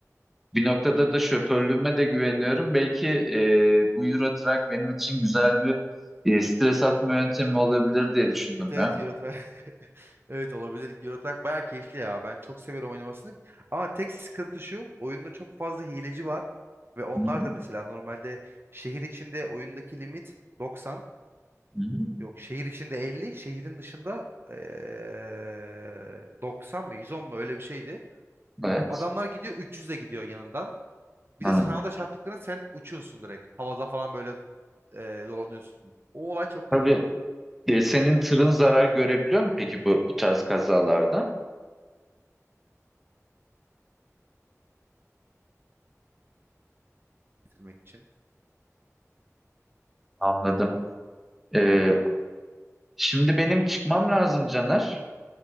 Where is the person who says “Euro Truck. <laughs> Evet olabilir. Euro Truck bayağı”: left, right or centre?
Right